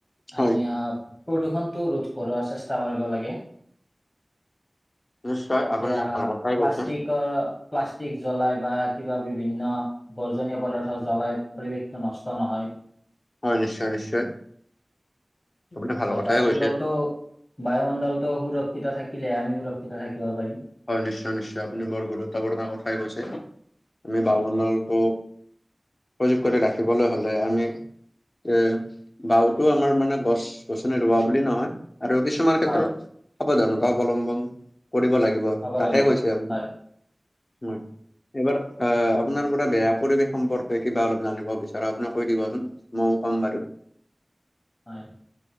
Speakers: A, on the left; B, on the left.
A: হয়
B: আমি প্ৰদূষণটো ৰোধ কৰিব চেষ্টা কৰিব লাগে।
A: নিশ্চয়
B: যাতে
A: আপুনি
B: আহ
A: ভাল কথাই
B: প্লাষ্টিকৰ
A: কৈছে।
B: প্লাষ্টিক জ্বলাই বা কিবা বিভিন্ন বৰ্জনীয় পদাৰ্থ জ্বলাই পৰিৱেশটো নষ্ট নহয়
A: হয় নিশ্চয় নিশ্চয়। আপুনি ভাল
B: আৰু
A: কথাই
B: বায়ুমণ্ডলটো
A: কৈছে।
B: বায়ুমণ্ডলটো সুৰক্ষিত থাকিলে আমি সুৰক্ষিত থাকিব পাৰিম
A: হয় নিশ্চয় নিশ্চয় আপুনি বৰ গুৰুত্বপূৰ্ণ কথাই কৈছে, আমি বায়ুমণ্ডলটো
B: হয়
A: সজীৱ কৰি ৰাখিবলৈ হ'লে আমি এ বাওতো আমাৰ মানে গছ-গছনি ৰুবা বুলি নহয় আৰু কি ছুমান ক্ষেত্ৰত
B: হয়,
A: সাৱধানতা অৱলম্বন কৰিব লাগিব।
B: হ'ব
A: তাকে
B: লাগিব
A: কৈছে আপুনি
B: হয়
A: হয় এবাৰ আহ আপোনাৰ আপোনাৰ বেয়া পৰিৱেশ সম্পৰ্কে কিবা অলপ জানিব বিচাৰো আপুনি কৈ দিবচোন মইও ক'ম বাৰু
B: হয়